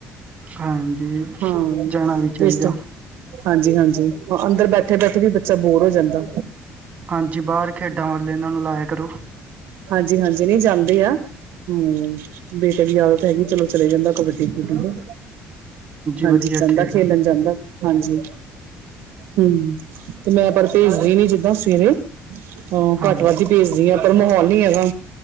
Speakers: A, on the right (about 35°); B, on the right (about 80°).
A: ਹਾਂਜੀ
B: ਹਾਂ।
A: ਜਾਣਾ ਵੀ ਚਾਹੀਦਾ
B: ਇਸ ਟਾਈਮ ਹਾਂਜੀ -ਹਾਂਜੀ ਹਾਂ। ਅੰਦਰ ਬੈਠੇ ਬੈਠੇ ਵੀ ਬੱਚਾ ਬੋਰ ਹੋ ਜਾਂਦਾ
A: ਹਾਂਜੀ। ਬਾਹਰ ਖੇਡਾਂ ਵੇ ਇਹਨਾਂ ਨੂੰ ਲਾਇਆ ਕਰੋ।
B: ਹਾਂਜੀ ਹਾਂਜੀ ਨਹੀਂ ਜਾਂਦੇ ਆ ਹਮ ਬੇਟੇ ਦੀ ਆਦਤ ਹੈਗੀ ਚਲੋ ਚਲੇ ਜਾਂਦਾ ਕਬੱਡੀ ਕਬੱਡੀ ਚ ਹਾਂਜੀ
A: ਵਧੀਆ
B: ਜਾਂਦਾ
A: ਖੇਡ
B: ਖੇਲਣ ਜਾਂਦਾ ਹਾਂਜੀ ਹਮ, ਤੇ ਮੈਂ ਪਰ ਭੇਜਦੀ ਨੀ ਜਿੱਦਾਂ ਸਵੇਰੇ ਹਾਂ
A: ਹਾਂਜੀ
B: ਘੱਟ ਵੱਧ ਹੀ ਭੇਜਦੀ ਆ, ਪਰ ਮਾਹੌਲ ਨੀ ਹੈਗਾ।